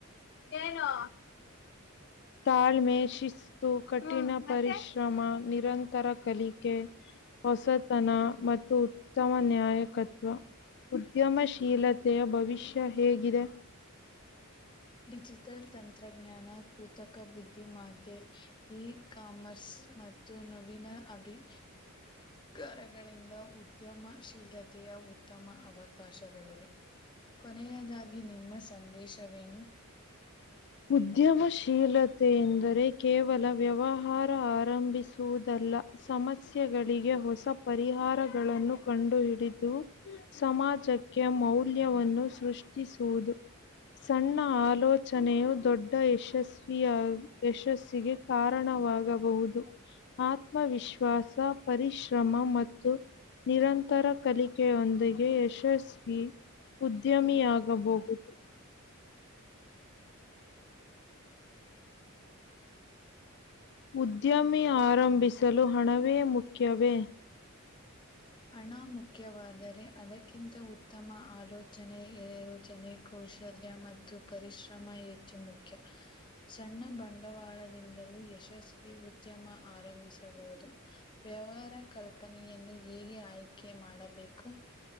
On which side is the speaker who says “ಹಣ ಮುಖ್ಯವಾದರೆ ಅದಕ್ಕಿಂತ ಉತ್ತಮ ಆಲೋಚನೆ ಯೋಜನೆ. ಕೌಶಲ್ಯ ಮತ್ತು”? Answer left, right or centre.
Left